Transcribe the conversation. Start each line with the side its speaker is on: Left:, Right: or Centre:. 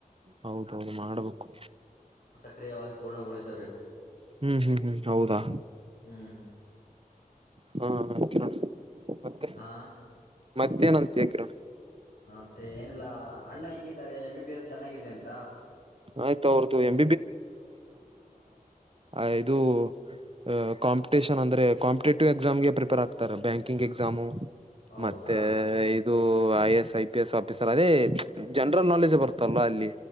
Right: ಹೌದೌದು ಮಾಡ್ಬೇಕು
Left: ಕ್ರಿಯವಾಗಿ ಪೂರ್ಣಗೊಳಿಸಬೇಕು
Right: ಹ್ಮ್ ಹ್ಮ್ ಹ್ಮ್ ಹೌದಾ
Left: ಹ್ಮ್
Right: ಹಾ ಚ ಮತ್ತೆ
Left: ಹಾ
Right: ಮಧ್ಯಾನೊಂತ್ಕಿರ
Left: ಮತ್ತೆ ಏನಿಲ್ಲಾ ಅಣ್ಣ ಹೆಂಗಿದ್ದಾರೆ ಎಮ್ ಬಿ ಬಿ ಎಸ್ ಚೆನ್ನಾಗಿದೆ ಅಂತ
Right: ಆಯ್ತು ಅವ್ರದ್ದು ಎಂ ಆ ಇದು ಅ ಕಾಂಪಿಟೇಷನ್ ಅಂದ್ರೆ ಕಾಂಪಿಟೇಟಿವ್ ಎಕ್ಸಾಮ್ಗೆ ಪ್ರಿಪೇರ್ ಆಗ್ತಾರೆ ಬ್ಯಾಂಕಿಂಗ್ ಎಕ್ಸಾಮು
Left: ಹೌದಾ
Right: ಮತ್ತೆ ಇದು I A S, I P S officer ಅದೇ ಜನರಲ್ ನಾಲೆಜ್ ಬರುತ್ತಲ್ವಾ ಅಲ್ಲಿ